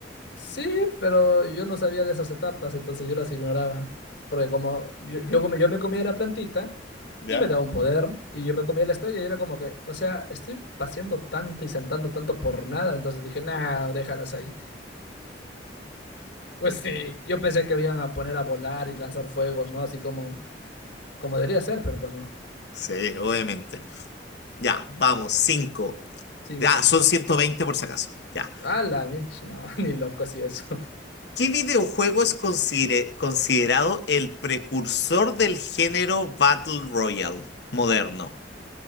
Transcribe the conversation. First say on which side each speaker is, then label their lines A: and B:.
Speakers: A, on the left (about 85°); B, on the left (about 65°).
A: Sí, pero yo no sabía de esas etapas, entonces yo las ignoraba. Porque como yo, yo, come- yo me comía la plantita
B: ¿Ya?
A: y me daba un poder, y yo me comía la estrella y era como que, o sea, estoy paseando tanto y saltando tanto por nada, entonces dije, nah, déjalas ahí. Pues sí, yo pensé que iban a poner a volar y lanzar fuegos, ¿no? Así como, como debería ser, pero pues no.
B: Sí, obviamente. Ya, vamos, 5.
A: Cinco.
B: Ya, son 120 por si acaso. Ya.
A: A la mich, no, <laughs> ni loco si eso.
B: ¿Qué videojuego es considere- considerado el precursor del género Battle Royale moderno?